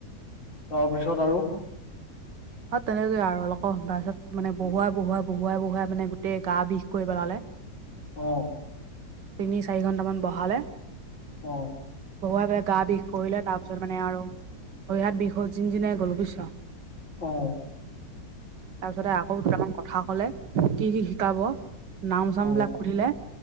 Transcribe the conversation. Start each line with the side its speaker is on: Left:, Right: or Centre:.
Left: তাৰপিছত আৰু? <inaudible>
Right: তেনেকয়ে আৰু অলক মান মানে বহুৱাই বহুৱাই, বহুৱাই, বহুৱাই মানে গোটেই গা বিষ কৰি পেলালে।
Left: উ'ম
Right: তিনি চাৰি ঘণ্টামান বঢহালে
Left: অ
Right: পঢ়ুৱাই পেলাই গা বিষ কৰিলে তাৰ পিছত মানে আৰু ভৰিহাত বিষ যিন যিনাই গ'ল বুজিছ?
Left: অ
Right: তাৰপিছতে আকৌ দুটামান কথা কলে কি কি শিকাব। নাম জাম
Left: অ
Right: বিলাক সুধিলে